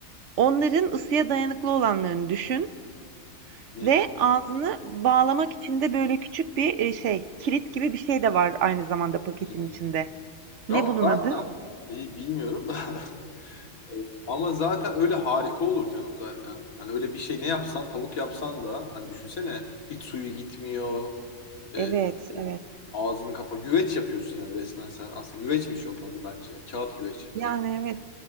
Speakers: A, on the right; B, on the left.
A: onların ısıya dayanıklı olanlarını düşün.
B: Hı
A: Ve
B: hı.
A: ağzını bağlamak için de böyle küçük bir, e, şey, kilit gibi bir şey de var aynı zamanda paketin
B: hı hı.
A: içinde. Ne
B: Ama
A: bunun
B: zaten
A: adı?
B: iyi bilmiyorum da. <laughs> Ama zaten öyle harika olur canım zaten. Hani öyle bir şey ne yapsan, tavuk yapsan da hani düşünsene hiç suyu gitmiyor. e,
A: Evet,
B: e,
A: evet.
B: ağzını kapa. Güveç yapıyorsun yani resmen sen. Aslında güveçmiş onun adı bence. Kağıt güveç.
A: Yani, evet.